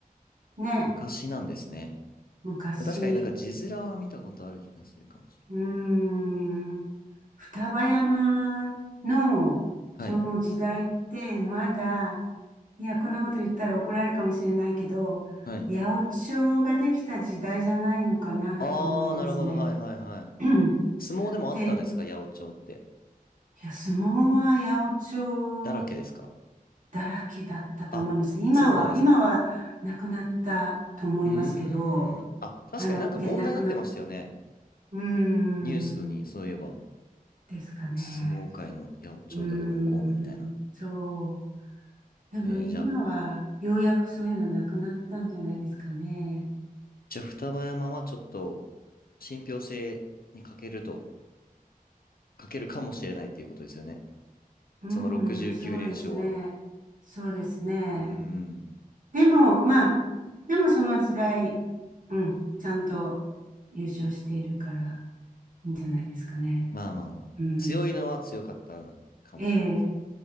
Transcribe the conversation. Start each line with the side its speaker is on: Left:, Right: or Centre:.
Right: ね。
Left: 昔なんですね。
Right: 昔、
Left: 確かになんか字面は見たことある気がするかもしれ
Right: うーん、双葉山のその時代ってまだ、
Left: ない。
Right: いや、こんなこと言ったら怒られるかもしれないけど、
Left: はい、はい。
Right: 八百長ができた時代じゃないのかなと思いますね。
Left: あー、なるほど、はい、はい、はい。
Right: <clears throat>
Left: 相撲でもあったんですか八百長って。
Right: で、いや、相撲は八百長
Left: だらけですか
Right: だらけだったと思います。
Left: あ、
Right: 今は、
Left: そうなんですね。
Right: 今はなくなったと思いますけど、
Left: うーん。あ、確かになんか問題になってましたよね。
Right: あの、いや、なくなっ、うーん、
Left: ニュースに、そういえば。
Right: ですかね。
Left: 相撲界の八百長がどうのこうのみたいな。
Right: うーん、そう。でも今はようやくそういうのなくなったんじゃないですかね。
Left: えー、じゃあ、じゃあ双葉山はちょっと信憑性に欠けると、欠けるかもしれないっていうことですよね。
Right: う
Left: その69連勝は。
Right: ん、そうですね。そうですね。
Left: うーん。
Right: でも、まあ、でもその時代、うん、ちゃんと優勝しているからいいんじゃないですかね。
Left: まあまあまあ。
Right: うん。
Left: 強いのは強かったかもしれないですね。
Right: ええ、